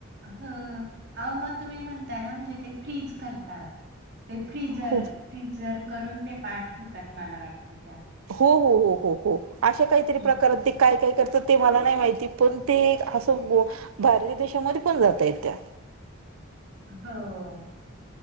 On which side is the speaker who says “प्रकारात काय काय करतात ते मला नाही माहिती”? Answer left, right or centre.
Right